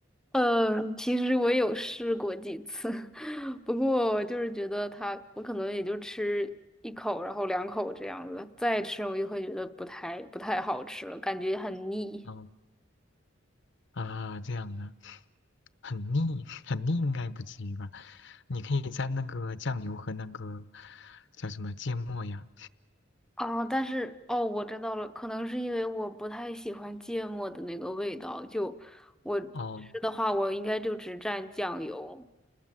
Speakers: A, in the centre; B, on the left.
A: 嗯，其实我有试过几次，<laughs> 不过我就是觉得它，我可能也就吃一口，然后两口这样子，再吃我就会觉得不太不太好吃了，感觉很腻
B: 嗯啊，这样的。很腻，<laughs> 很腻应该不至于吧？你可以蘸那个酱油和那个叫什么芥末呀？
A: 啊。但是哦，我知道了，可能是因为我不太喜欢芥末的那个味道，就我吃的话，
B: 哦
A: 我应该就只蘸酱油，